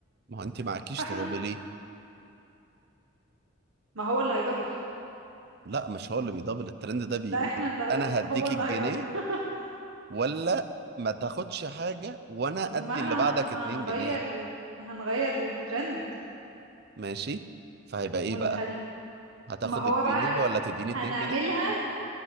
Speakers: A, on the right; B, on the right.
A: ما هو انت معاكيش
B: فاحنا
A: تضابي ليه
B: ما هو اللي هيدبل
A: لا مش هو اللي بيضابل الترند ده بيقول
B: لا احنا اللي هيدبل
A: انا هديك
B: هو اللي
A: الجنيه
B: هيدبل <laughs>
A: ولا ما تاخدش حاجه وانا ادي
B: طب ما احنا
A: اللي بعدك
B: هنغير
A: 2 جنيه
B: ال... هنغير الترند
A: ماشي فهيبقى ايه
B: ونخل
A: بقى هتاخد
B: ما هو
A: الجنيه
B: بقى
A: ولا تديني
B: هنعملها
A: 2 جنيه